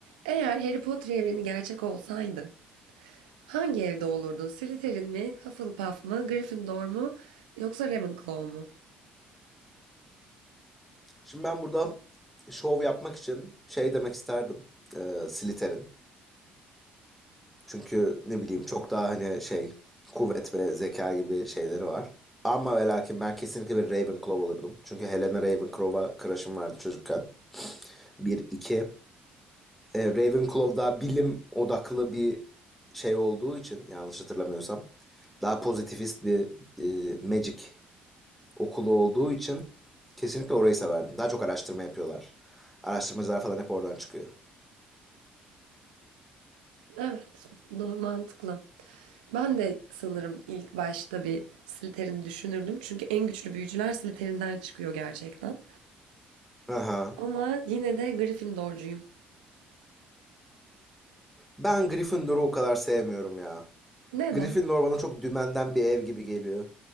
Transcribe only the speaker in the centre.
Şimdi ben burada şov yapmak için şey demek isterdim. E, Slytherin. Çünkü ne bileyim çok daha hani şey kuvvet ve zeka gibi şeyleri var. Ama ve lakin ben kesinlikle bir Ravenclaw olurdum. Çünkü Helena Ravenclaw'a crush'ım vardı çocukken. Bir, iki. E, Ravenclaw daha bilim odaklı bir şey olduğu için yanlış hatırlamıyorsam. Daha pozitivist bir e, magic okulu olduğu için kesinlikle orayı severdim. Daha çok araştırma yapıyorlar. Araştırmacılar falan hep oradan çıkıyor.
Aha.
Ben Gryffindor'u o kadar sevmiyorum ya.
Gryffindor bana çok dümenden bir ev gibi geliyor.